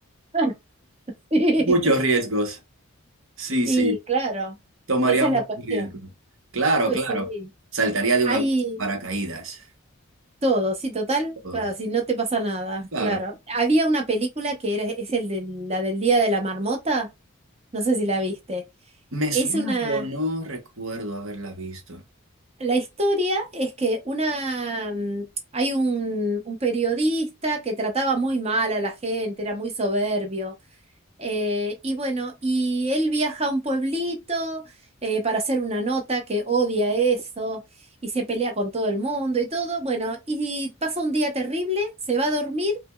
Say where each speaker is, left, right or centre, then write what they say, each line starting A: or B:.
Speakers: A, on the right; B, on the right.
A: <laughs> Sí.
B: muchos riesgos. Sí,
A: Y
B: sí,
A: claro,
B: tomaría
A: esa es
B: muchos
A: la cuestión.
B: riesgos. Claro,
A: Eh,
B: claro.
A: Sí,
B: Saltaría de
A: hay
B: un avión sin paracaídas.
A: todo, sí, total,
B: Todo.
A: claro, si no te pasa nada,
B: Claro.
A: claro. Había una película que era, es el de, la del Día de la Marmota. No sé si la viste.
B: Me
A: Es
B: suena,
A: una...
B: pero no recuerdo haberla visto.
A: La historia es que una... mm, hay un, un periodista que trataba muy mal a la gente, era muy soberbio. eh, y bueno, y él viaja a un pueblito eh, para hacer una nota que odia eso y se pelea con todo el mundo y todo. Bueno, y pasa un día terrible, se va a dormir